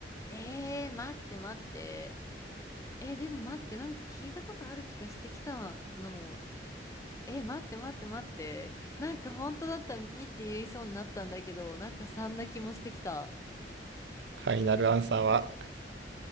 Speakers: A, on the left; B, on the right.
A: えー、待って待って。え、でも待って、なんか聞いたことある気がしてきたのも、え、待って待って待って、なんか本当だったら2って言いそうになったんだけど、なんか3な気もしてきた。
B: ファイナルアンサーは、